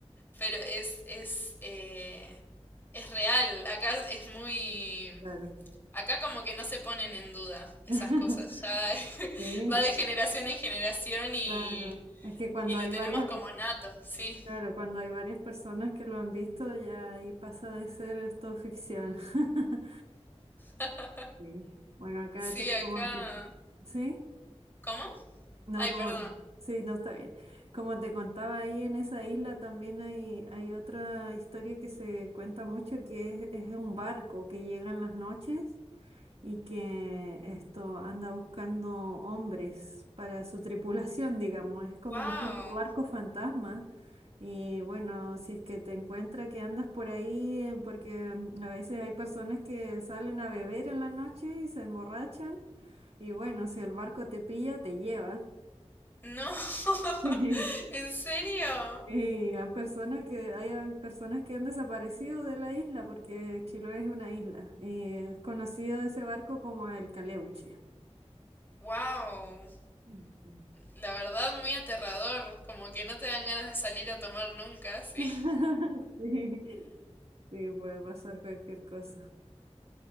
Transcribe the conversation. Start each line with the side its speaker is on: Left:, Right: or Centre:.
Left: pero es, es, eh, es real, acá es muy...
Right: claro.
Left: Acá como que no se ponen en duda
Right: <laughs>
Left: esas cosas, ya <laughs>
Right: Sí,
Left: va de generación en generación y,
Right: claro. Es que cuando
Left: y lo
Right: hay
Left: tenemos
Right: varias,
Left: como nato, sí.
Right: claro, cuando hay varias personas que lo han visto, ya ahí pasa de ser esto ficción. <laughs>
Left: <laughs>
Right: Sí. Bueno, acá
Left: Sí,
Right: te,
Left: acá.
Right: como te- ¿Sí?
Left: ¿Cómo?
Right: No,
Left: Ay,
Right: como,
Left: perdón.
Right: sí, no está bien. Como te contaba ahí en esa isla también hay, hay otra historia que se cuenta mucho que es, es un barco que llega en las noches y que esto anda buscando hombres para su tripulación, digamos. Es como
Left: Wow.
Right: un tipo barco fantasma. Y bueno, si es que te encuentra que andas por ahí, eh, porque mm, a veces hay personas que salen a beber en la noche y se emborrachan. Y bueno, si el barco te pilla, te lleva.
Left: No. <laughs>
Right: Sí,
Left: ¿En serio?
Right: Y a personas que hayan personas que han desaparecido de la isla porque Chiloé es una isla y es conocido ese barco como el Caleuche.
Left: Wow.
Right: Ujú.
Left: la verdad, muy aterrador, como que no te dan ganas de salir a tomar nunca, sí.
Right: <laughs> Sí, sí, puede pasar cualquier cosa.